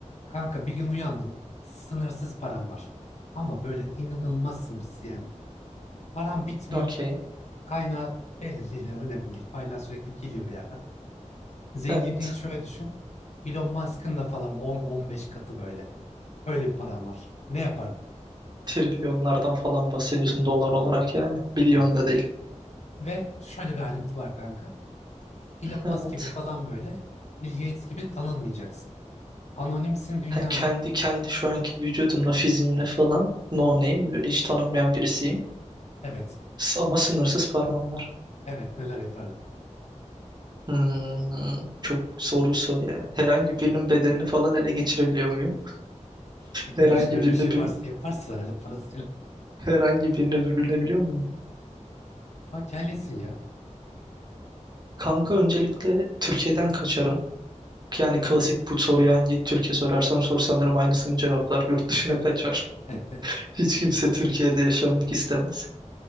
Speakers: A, on the left (about 60°); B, on the right (about 35°).
A: Kanka bir gün uyandın, sınırsız param var. Ama böyle inanılmaz sınırsız yani. Param bitmiyor,
B: Okey.
A: kaynağı belli değil, yani önemli değil. Kaynağı sürekli geliyor bir yerden. Zenginliği
B: Evet.
A: şöyle düşün, Elon Musk'ın da falan 10-15 katı böyle. Öyle bir paran var. Ne yapardın?
B: Trilyonlardan falan bahsediyorsun dolar olarak yani. Bilyon
A: Tabii tabii.
B: da değil.
A: Ve şöyle bir ayrıntı var kanka. Elon Musk
B: Evet.
A: gibi falan böyle, Bill Gates gibi tanınmayacaksın. Anonimsin dünyada.
B: Ha, kendi kendi şu anki vücudumla, fiziğimle falan no name böyle hiç tanınmayan birisiyim.
A: Evet,
B: S- Ama sınırsız param var.
A: evet neler yapardım.
B: Hmm, çok zor bir soru ya. Herhangi birinin bedenini falan ele geçirebiliyor muyum?
A: Teknolojide
B: Herhangi
A: öyle
B: birine
A: bir şey
B: bü-
A: varsa yaparsın herhalde parasıyla.
B: herhangi birine bürünebiliyor muyum?
A: Şu an kendisin ya.
B: Kanka öncelikle Türkiye'den kaçarım. Yani klasik bu soruyu hangi Türkiye sorarsan sor sanırım aynısını cevaplar. Yurt dışına
A: <laughs>
B: kaçar.
A: Evet.
B: Hiç kimse Türkiye'de yaşamak istemez.